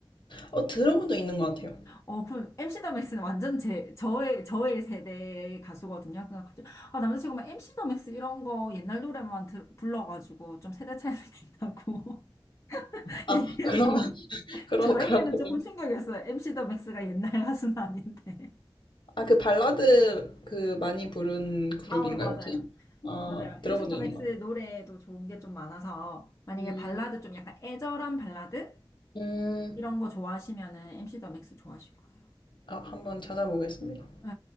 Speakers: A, on the left; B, on the left.
A: 어, 들어본 적 있는 것 같아요.
B: 어, 그 MC 더 맥스는 완전 제 저의 저의 세대 가수거든요. 그냥 갑자기 아 남자친구가 막 MC 더 맥스 이런 거 옛날 노래만 들, 불러가지고 좀 세대 차이 느낀다고 <laughs>
A: 아,
B: 얘기해서
A: 그러면, <laughs> 그러,
B: 저에게는
A: 그러, 그러.
B: 조금 충격이었어요. MC 더 맥스가 옛날 가수는 아닌데.
A: 아, 그 발라드 그 많이 부른 그룹인가요,
B: 아, 맞아요.
A: 혹시? 아,
B: 맞아요.
A: 들어본
B: MC 더
A: 적 있는
B: 맥스
A: 것 같아요.
B: 노래도 좋은 게 좀 많아서 만약에
A: 음,
B: 발라드 좀 약간 애절한 발라드?
A: 음,
B: 이런 거 좋아하시면은 MC 더 맥스 좋아하실 거예요.
A: 아, 한번 찾아보겠습니다.
B: 네.